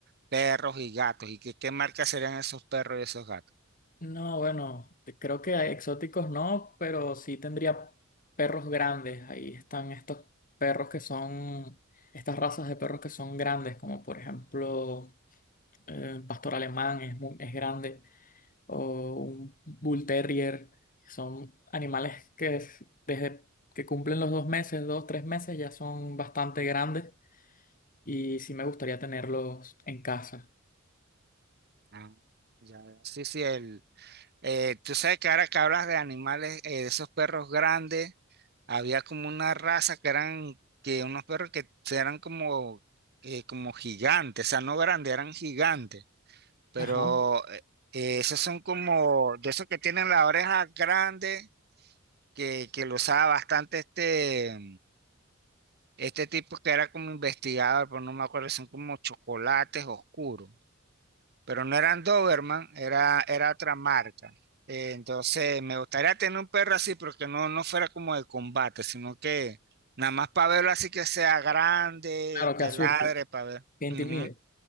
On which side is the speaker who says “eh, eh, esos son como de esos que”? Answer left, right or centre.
Right